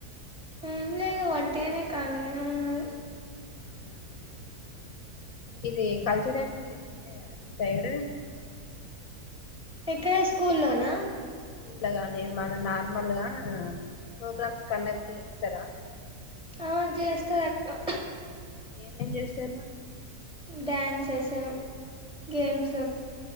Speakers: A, in the centre; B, on the left (about 65°).
A: ఏంలేదు వట్టిగనే కాలిగనే ఉన్నారు.
B: హ్మ్ ఇదే కల్చరల్ యాక్టివిటీస్ ఉంటాయారా మీ సైడ్
A: ఎక్కడ స్కూల్లోనా
B: ఉళ్ళొగానీ ఏమనా నార్మల్గా ప్రోగ్రామ్స్ కండక్ట్ చేస్ స్తార
A: ఆ జేస్తరు అక్కా
B: ఏమేం చేస్తార్ రా
A: డ్యాన్సెస్ గేమ్స్
B: ఉమ్